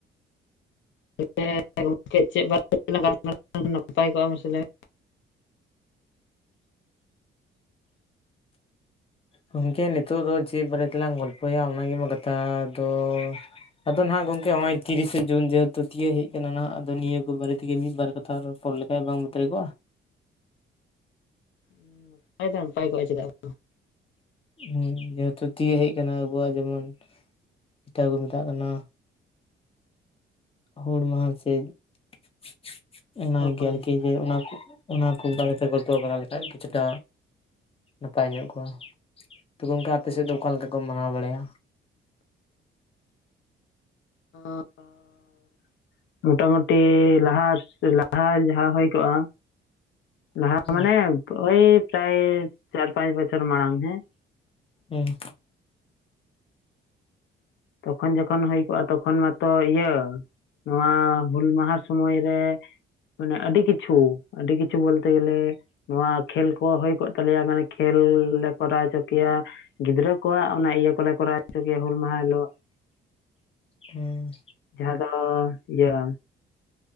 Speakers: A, on the left; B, on the left.
A: <unintelligible> ᱜᱚᱝᱠᱮ ᱪᱮᱜ ᱵᱟᱨᱮ ᱛᱮ ᱞᱟᱝ ᱜᱟᱞᱢᱟᱨᱟᱣ ᱞᱮᱠᱷᱟᱡ ᱱᱟᱯᱟᱭ ᱠᱚᱜᱼᱟ ᱢᱟᱥᱮ ᱞᱟᱹᱭ ᱢᱮ?
B: ᱜᱚᱝᱠᱮ ᱱᱤᱛᱚᱜ ᱫᱚ ᱪᱮᱫ ᱵᱟᱨᱮ ᱛᱮᱞᱟᱝ ᱜᱚᱞᱯᱚᱭᱟ ᱚᱱᱟ ᱜᱮ ᱢᱟ ᱠᱟᱛᱷᱟ ᱫᱚ᱾ ᱟᱫᱚ ᱱᱟᱦᱟᱜ ᱜᱚᱝᱠᱮ ᱱᱚᱜ-ᱚᱭ ᱛᱤᱨᱤᱥᱮ ᱡᱩᱱ ᱡᱮᱦᱮᱛᱩ ᱛᱤᱭᱟᱹᱜ ᱦᱮᱡ ᱠᱟᱱᱟ ᱱᱟᱦᱟᱜ ᱟᱫᱚ ᱱᱤᱭᱟᱹ ᱠᱚ ᱵᱟᱨᱮ ᱛᱮᱜᱮ ᱢᱤᱫ ᱵᱟᱨ ᱠᱟᱛᱷᱟ ᱨᱚᱯᱚᱲ ᱞᱮ ᱠᱷᱟᱡ ᱵᱟᱝ ᱵᱟᱛᱟᱨ ᱠᱚᱜᱼᱟ?
A: ᱢᱮ ᱱᱟᱯᱟᱭ ᱫᱚ ᱱᱟᱯᱟᱭ ᱠᱚᱜ-ᱟ ᱪᱮᱫᱟᱜ ᱵᱟᱝ᱾
B: ᱦᱮᱸ ᱡᱮᱦᱮᱛᱩ ᱫᱤᱭᱮ ᱦᱮᱡ ᱠᱟᱱᱟ ᱟᱵᱚᱣᱟᱜ ᱡᱮᱢᱚᱱ, ᱡᱮᱴᱟ ᱠᱚ ᱢᱮᱛᱟᱜ ᱠᱟᱱᱟ ᱦᱩᱞ ᱢᱟᱦᱟ ᱥᱮ <inaudible> ᱚᱱᱟ
A: ᱵᱟᱝ?
B: ᱜᱮ
A: ᱦᱳᱭ
B: ᱟᱨᱠᱤ ᱡᱮ ᱚᱱᱟ ᱠᱚ ᱚᱱᱟ ᱠᱚ ᱵᱟᱨᱮᱛᱮ ᱜᱚᱞᱯᱚ ᱵᱟᱲᱟ ᱞᱮᱠᱷᱟᱡ ᱠᱤᱪᱷᱩᱴᱟ ᱱᱟᱯᱟᱭ ᱧᱚᱜ ᱠᱚ, ᱛᱚᱵᱮ ᱜᱚᱝᱠᱮ ᱟᱯᱮ ᱥᱮᱫ ᱫᱚ ᱚᱠᱟ ᱞᱮᱠᱟ ᱠᱚ ᱢᱟᱱᱟᱣ ᱵᱟᱲᱟᱭᱟ?
A: ᱟᱸᱻ ᱢᱚᱴᱟ ᱢᱩᱴᱤ ᱞᱟᱦᱟ ᱞᱟᱦᱟ ᱡᱟᱦᱟᱸ ᱦᱳᱭ ᱠᱚᱜ-ᱟ, ᱞᱟᱦᱟ
B: ᱦᱮᱸ
A: ᱢᱟᱱᱮ ᱳᱭ ᱯᱨᱟᱭ ᱪᱟᱨ-ᱯᱟᱸᱪ ᱵᱚᱪᱷᱚᱨ ᱢᱟᱲᱟᱝ ᱦᱮᱸ᱾
B: ᱦᱩᱸ᱾
A: ᱛᱚᱠᱷᱚᱱ ᱡᱚᱠᱷᱚᱱ ᱦᱩᱭ ᱠᱚᱜ-ᱟ ᱛᱚᱠᱷᱚᱱ ᱢᱟᱛᱚ ᱤᱭᱟᱹ ᱱᱚᱣᱟ ᱦᱩᱞ ᱢᱟᱦᱟ ᱥᱚᱢᱚᱭ ᱨᱮ ᱢᱟᱱᱮ ᱟᱹᱰᱤ ᱠᱤᱪᱷᱩ, ᱟᱹᱰᱤ ᱠᱤᱪᱷᱩ ᱵᱚᱞᱛᱮ ᱜᱮᱞᱮ ᱱᱚᱣᱟ ᱠᱷᱮᱞ ᱠᱚ ᱦᱩᱭ ᱠᱚᱜ ᱛᱟᱞᱤᱭᱟ ᱢᱟᱱᱮ ᱠᱷᱮᱞ ᱞᱮ ᱠᱚᱨᱟᱣ ᱦᱚᱪᱚ ᱠᱮᱭᱟ, ᱜᱤᱫᱽᱨᱟᱹ ᱠᱚᱣᱟᱜ ᱚᱱᱟ ᱤᱭᱟᱹ ᱠᱚᱞᱮ ᱠᱚᱨᱟᱣ ᱦᱚᱪᱚ ᱠᱮᱭᱟ ᱦᱩᱞ ᱢᱟᱦᱟ ᱦᱤᱞᱳᱜ᱾
B: ᱦᱩᱸ᱾
A: ᱡᱟᱦᱟᱸ ᱫᱚ ᱤᱭᱟᱹ